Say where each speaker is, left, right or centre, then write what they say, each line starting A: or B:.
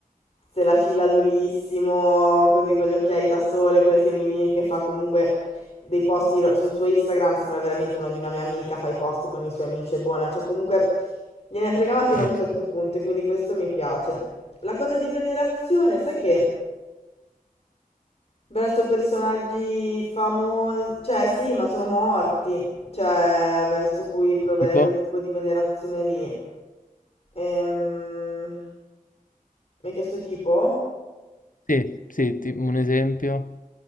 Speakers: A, on the left; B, on the left.
A: se la cilla durissimo, così con gli occhiali da sole, con le semini che fa comunque dei post iro- sul suo Instagram, sembra veramente uno di una mia amica, fa i post con i suoi amici, è buona, cioè comunque gliene fregava fino
B: Okay,
A: a un certo punto e quindi questo mi piace. La cosa di venerazione, sai che verso personaggi famosi, cioè sì, ma sono morti cioè verso cui proverei
B: tipo?
A: quel tipo di venerazione lì. Ehm, mi hai chiesto tipo?
B: Sì, sì, ti un esempio.